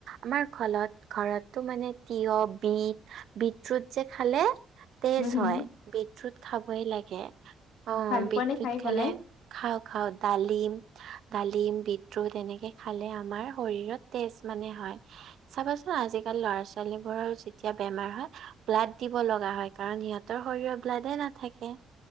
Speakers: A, on the right; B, on the left.
A: আমাৰ ঘলত ঘৰতটো মানে তিঁয়হ বিট বিত ফ্ৰুট যে খালে তেজ
B: হম হম
A: হয় বিত ফ্ৰুট খাবই লাগে অ
B: ভাল পোৱা
A: বিত
B: নে
A: ফ্ৰুট
B: খাই পেলাই?
A: খালে খাও খাও ডালিম ডালিম বিট ফ্ৰুট এনেকে খালে আমাৰ শৰীৰত তেজ মানে হয় চাবাচোন আজিকালি ল'ৰা ছোৱালী বোৰৰ যেতিয়া বেমাৰ হয় ব্লাড দিব লগা হয় কাৰণ সিহঁতৰ শৰীৰত ব্লাডেই নাথাকে